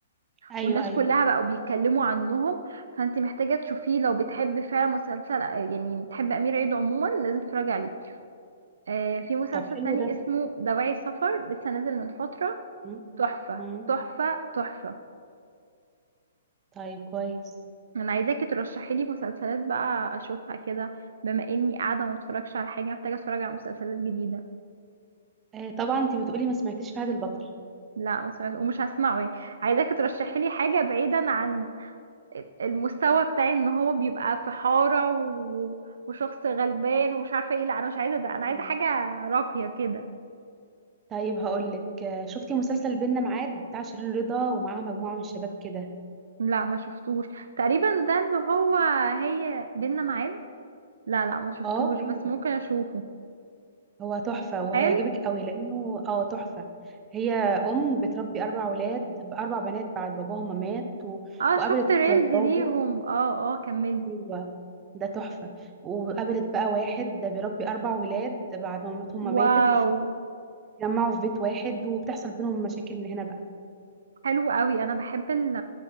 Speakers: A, on the right (about 20°); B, on the right (about 65°).
A: ايوه
B: والناس
A: ايوه
B: كلها بقوا بيتكلموا عنهم فانت محتاجة تشوفيه لو بتحب فعلا مسلسل آه، يعني بتحب أمير عيد عموما لازم تتفرجي عليه آه في مسلسل
A: طب حلو
B: تاني
A: ده
B: اسمه دواعي سفر لسه نازل من فترة
A: مم.
B: تحفة
A: مم.
B: تحفة تحفة
A: طيب كويس
B: انا عايزاكي ترشحي لي مسلسلات بقى اشوفها كده بما اني قاعده ما بتفرجش على حاجه محتاجه اتفرج على مسلسلات جديده
A: آه طبعا انت بتقولي ما سمعتيش فهد البطل
B: لا ما سمعت ومش هسمعه يعني عايزاكي ترشحي لي حاجه بعيدا عن المستوى بتاعي ان هو بيبقى في حارة و... وشخص غلبان ومش عارفة ايه لا انا مش عايزة ده انا عايزة
A: ايوه
B: حاجة راقية كده
A: طيب هقولك آه شفتي مسلسل بينا معاد بتاع شيرين رضا ومعاها مجموعة من الشباب كده
B: لا ما شفتوش تقريبا ده اللي هو هي بينا معاد لا لا ما شفتوش
A: اه ايوه
B: بس ممكن اشوفه
A: هو تحفة وهيعجبك
B: حلو
A: قوي لأنه اه تحفة هي أم بتربي أربع ولاد بأربع بنات بعد باباهم ما مات و...
B: اه
A: وقابلت
B: شفت ريلز ليهم
A: راجل
B: اه اه كملي
A: أيوة ده تحفة وقابلت بقى واحد ده بيربي أربع ولاد بعد ما مامتهم ما ماتت
B: واو
A: اتجمعوا في بيت واحد وبتحصل بينهم مشاكل من هنا بقى
B: حلو قوي انا بحب ال